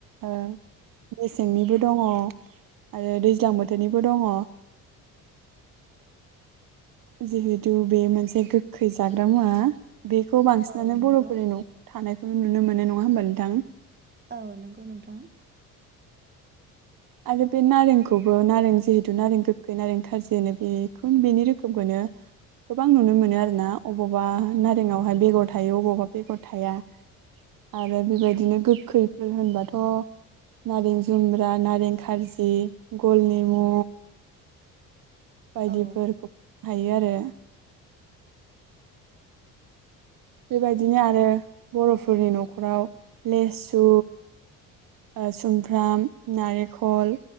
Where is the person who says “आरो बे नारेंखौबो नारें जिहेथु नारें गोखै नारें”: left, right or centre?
Right